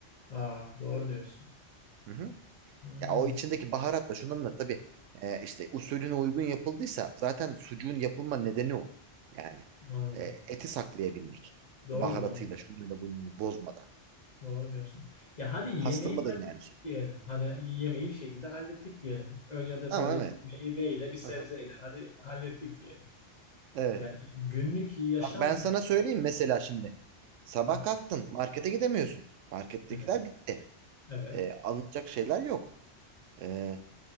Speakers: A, on the left; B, on the right.
A: aa, doğru diyorsun.
B: Hı hı.
A: Hı hı.
B: Ya o içindeki baharatla şundan da tabii e, işte usulüne uygun yapıldıysa zaten sucuğun yapılma nedeni o. Yani
A: Anladım.
B: e, eti saklayabilmek.
A: Doğru
B: Baharatıyla
A: doğru.
B: şunuyla bununla bozmadan.
A: Doğru diyorsun. Ya hadi yemeği
B: Pastırma
A: hallettik
B: da yine aynı şey.
A: diyelim. Hani yemeği bir şekilde hallettik diyelim. Öyle ya da
B: Ama
A: böyle
B: evet.
A: bir meyveyle, bir sebzeyle
B: Hı hı.
A: hadi hallettik diyelim.
B: Evet.
A: Yani günlük yaşam
B: Bak ben sana
A: nasıl?
B: söyleyeyim mesela şimdi. Sabah
A: Heh,
B: kalktın markete gidemiyorsun. Markettekiler
A: evet.
B: bitti.
A: Evet.
B: e, alınacak şeyler yok. E,